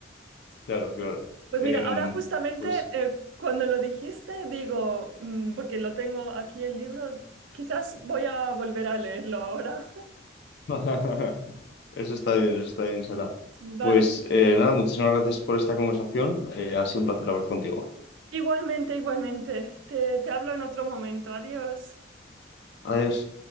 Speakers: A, on the left; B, on the right.
A: claro, claro.
B: Pues
A: Em,
B: mira, ahora justamente
A: pues
B: eh, cuando lo dijiste, digo, mm, porque lo tengo aquí el libro, quizás voy a volver a leerlo ahora. <laughs>
A: <laughs> Eso está bien, eso está bien, Sara.
B: Sí, vale.
A: Pues eh, nada, muchísimas gracias por esta conversación. Eh, ha sido un placer hablar contigo.
B: Igualmente, igualmente. Te, te hablo en otro momento. Adiós.
A: Adiós.